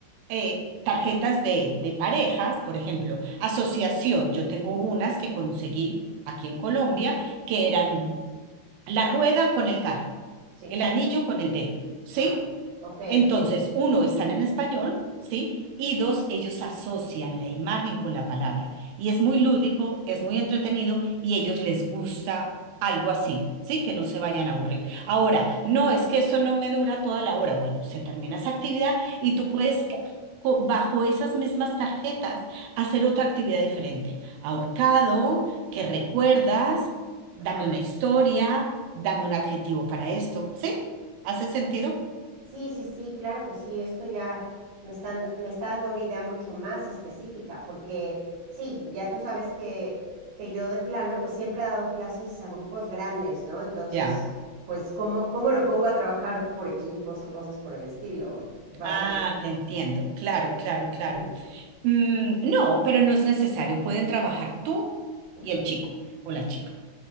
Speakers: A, on the right; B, on the right.
A: eh, tarjetas de, de parejas, por ejemplo, asociación, yo tengo unas que conseguí aquí en Colombia que eran la rueda con el carro,
B: Sí.
A: el anillo con el dedo, ¿sí?
B: Ah, ok, ok,
A: Entonces,
B: ok, ok. ok,
A: uno, están en español, ¿sí? Y dos, ellos asocian la imagen con la palabra. Y es muy lúdico, es muy entretenido y a ellos les gusta algo así, ¿sí? Que no se vayan a aburrir. Ahora, no es que eso no me dura toda la hora. Bueno, se termina esa actividad y tú puedes, ca- co- bajo esas mismas tarjetas, hacer
B: ujú,
A: otra actividad diferente. Ahorcado, que recuerdas, dame
B: Ajá.
A: una historia, dame un adjetivo para esto, ¿sí? ¿Hace sentido?
B: Sí, sí, sí, claro que sí. Esto ya me están, me está dando una idea mucho más específica, porque sí, ya tú sabes que, que yo de plano, pues siempre he dado clases a grupos grandes, ¿no? Entonces,
A: Ya.
B: pues, ¿cómo, cómo lo pongo a trabajar por equipos o cosas por el estilo? Va
A: Ah,
B: a ser...
A: te entiendo. Claro, claro, claro.
B: <laughs>
A: Mm, no, pero no es necesario. Pueden trabajar tú
B: ujú,
A: y el chico o la chica,